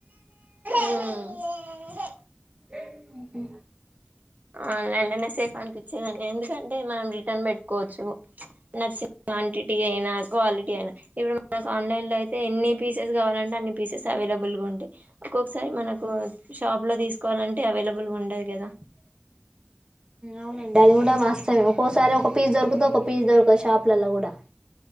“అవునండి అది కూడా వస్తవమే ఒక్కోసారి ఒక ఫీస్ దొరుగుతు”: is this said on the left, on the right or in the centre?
Right